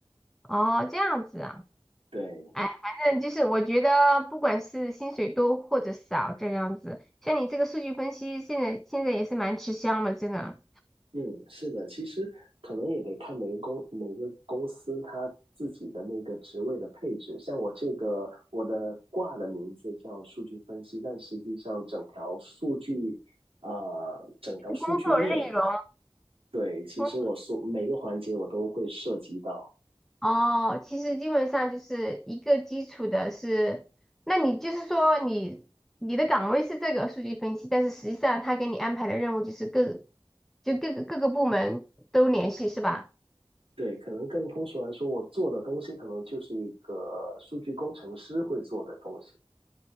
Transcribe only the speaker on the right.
对。
嗯，是的，其实可能也得看每个公每个公司它自己的那个职位的配置。像我这个，我的挂的名字叫数据分析，但实际上整条数据，啊，整条数据链，
对，其实我所每个环节我都会涉及到。
对，可能更通俗来说，我做的东西可能就是一个数据工程师会做的东西。